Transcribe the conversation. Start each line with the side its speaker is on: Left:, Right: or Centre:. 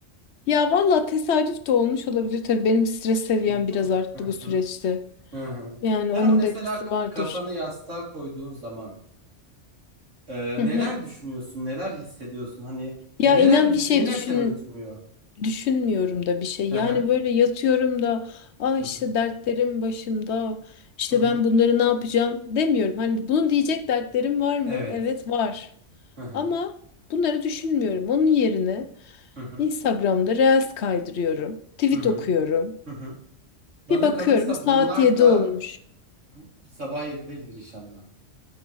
Left: Ya valla tesadüf de olmuş olabilir tabii benim stres seviyem
Right: Değil
Left: biraz
Right: mi?
Left: arttı
Right: Hı
Left: bu süreçte.
Right: hı. Hı hı.
Left: Yani
Right: Yani
Left: onun
Right: mesela
Left: da etkisi
Right: k-
Left: vardır.
Right: kafanı yastığa koyduğun zaman e,
Left: Hı
Right: neler
Left: hı.
Right: düşünüyorsun, neler hissediyorsun? Hani
Left: Ya
Right: e, neler
Left: inan
Right: düş
Left: bir şey
Right: neler
Left: düşün
Right: seni uyutmuyor?
Left: düşünmüyorum da bir şey.
Right: Hı
Left: Yani
Right: hı.
Left: böyle yatıyorum da ah
Right: Hı
Left: işte
Right: hı.
Left: dertlerim başımda. İşte
Right: Hı hı.
Left: ben bunları ne yapacağım demiyorum. Hani bunu diyecek dertlerim var mı?
Right: Evet.
Left: Evet var.
Right: Hı hı.
Left: Ama bunları düşünmüyorum. Onun yerine
Right: Hı hı.
Left: Instagram'da Reels kaydırıyorum. Tweet
Right: Hı hı.
Left: okuyorum.
Right: Hı hı. Bana
Left: Bir bakıyorum
Right: kalırsa
Left: saat
Right: bunlar
Left: 7
Right: da
Left: olmuş.
Right: bu- sabah 7 değildir inşallah.